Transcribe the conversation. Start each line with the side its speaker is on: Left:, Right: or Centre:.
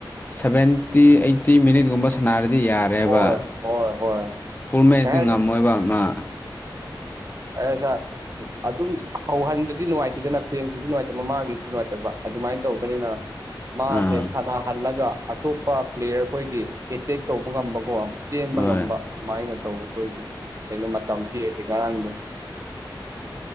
Left: ꯁꯚꯦꯟꯇꯤ ꯑꯩꯠꯇꯤ ꯃꯤꯅꯤꯠꯀꯨꯝꯕ ꯁꯥꯟꯅꯔꯗꯤ ꯌꯥ ꯔꯦꯕ
Right: ꯍꯣꯏ ꯍꯣꯏ ꯍꯣꯏ
Left: ꯐꯨꯜ ꯃꯦꯁꯇ
Right: ꯀꯩ
Left: ꯉꯝꯃꯣꯏꯕ ꯃꯥ
Right: ꯑꯦꯁꯥ ꯑꯗꯨꯝ ꯍꯧꯍꯟꯕꯗꯤ ꯅꯨꯡꯉꯥꯏꯇꯦꯗꯅ ꯐ꯭ꯔꯦꯟꯁꯤꯁꯨ ꯅꯨꯡꯉꯥꯏꯇꯕ ꯃꯥꯃꯥꯡꯒꯤꯁꯨ ꯅꯨꯡꯉꯥꯏꯇꯕ ꯑꯗꯨꯃꯥꯏꯅ ꯇꯧꯕꯅꯤꯅ ꯃꯥꯁꯦ
Left: ꯑꯥ
Right: ꯁꯥꯟꯅꯍꯜꯂꯒ ꯑꯇꯣꯞꯄ ꯄ꯭ꯂꯦꯌꯔ ꯈꯣꯏꯒꯤ ꯑꯦꯇꯦꯛ ꯇꯧꯕ ꯉꯝꯕꯀꯣ ꯆꯦꯟꯕ
Left: ꯍꯣꯏ
Right: ꯉꯝꯕ ꯑꯗꯨꯃꯥꯏꯅ ꯇꯧꯕ ꯈꯣꯏꯒꯤ ꯀꯩꯅꯣ ꯃꯇꯝ ꯄꯤꯔꯗꯤ ꯉꯔꯥꯡꯒꯤꯗꯣ